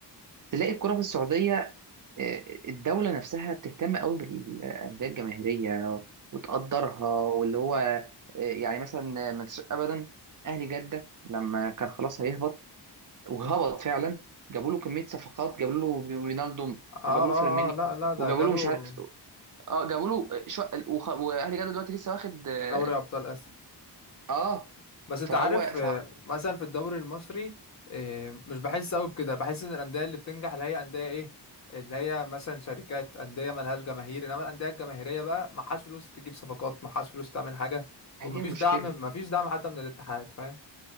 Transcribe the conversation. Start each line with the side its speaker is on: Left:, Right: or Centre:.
Right: تلاقي الكرة في السعودية الدولة نفسها بتهتم قوي بالأندية الجماهيرية وتقدرها واللي هو آه، يعني مثلا ما تنساش أبدا أهلي جدة لما كان خلاص هيهبط وهبط فعلا جابوا له كمية صفقات جابوا له رينالدو وجابوا
Left: اه
Right: له فيرمينيو
Left: اه اه لا لا
Right: وجابوا
Left: ده جابوا
Right: له مش عارف اه جابوا له شو... وخ... وأهلي جدة دلوقتي لسه واخد اه
Left: دوري ابطال اسيا
Right: آه،
Left: بس انت
Right: فهو
Left: عارف آه،
Right: ف...
Left: مثلا في الدوري المصري آه، مش بحس قوي بكده بحس ان الانديه اللي بتنجح اللي هي انديه ايه اللي هي مثلا شركات انديه ملهاش جماهير انما الانديه الجماهيريه بقى معهاش فلوس تجيب صفقات معهاش فلوس تعمل حاجه
Right: هي
Left: ومفيش
Right: دي المشكلة
Left: دعم مفيش دعم حتى من الاتحاد فاهم